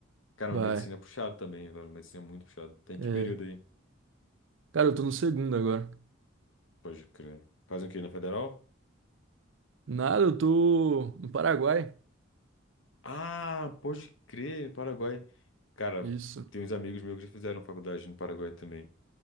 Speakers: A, on the left; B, on the right.
A: Cara,
B: Vai.
A: mas medicina é puxado também, velho. Medicina é muito puxado. Tem
B: É.
A: que período aí?
B: Cara, eu tô no segundo agora.
A: Pode crer. fazem o quê? Na federal?
B: Nada, eu tô no Paraguai.
A: Ah, pode crer, Paraguai. Cara,
B: Isso.
A: tem uns amigos meus que já fizeram faculdade no Paraguai também.